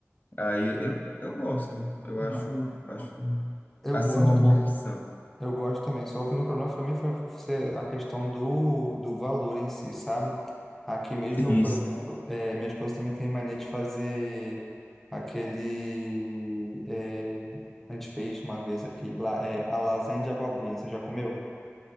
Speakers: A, on the left (about 35°); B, in the centre.
A: Aí eu, eu gosto, eu
B: Não,
A: acho, acho,
B: eu
A: assim,
B: gosto
A: uma boa
B: também.
A: opção.
B: Eu gosto também. Só que o único problema para mim foi ser a questão do, do valor em si, sabe? Aqui mesmo
A: Sim,
B: eu, por
A: sim.
B: exemplo, eh, minha esposa também tem mania de fazer aquele. eh, a gente fez uma vez aqui, lá, é, a lasanha de abobrinha. Você já comeu?